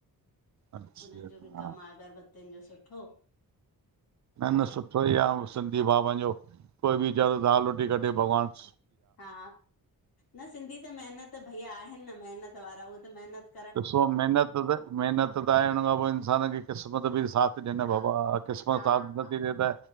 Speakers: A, on the right; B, on the left.
A: अच्छा
B: उनन जो बि
A: हा
B: कम आ, अगरबत्तियुन जो सुठो।
A: न, न सुठो ई आ सिंधी भाउ पैंजो कोई बी विचारो दाल रोटी कढे भॻवान
B: हा, न सिंधी त मेहनत भईया आहिन न मेहनत वारा उह त मेहनत
A: ॾिसो, मेहनत त मेहनत त आए उन खां पो इंसान खे क़िस्मत बि साथ ॾे न
B: हा
A: बाबा। क़िस्मत
B: हा
A: साथ
B: हा
A: नथी ॾे त